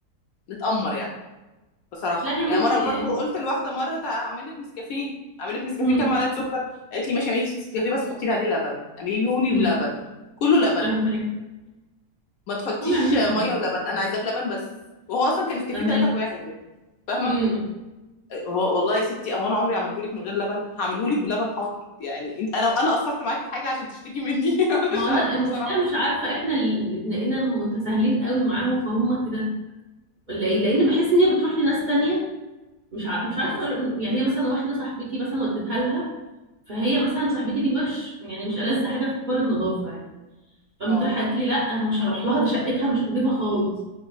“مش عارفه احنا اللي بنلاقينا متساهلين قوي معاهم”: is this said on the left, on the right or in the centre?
Right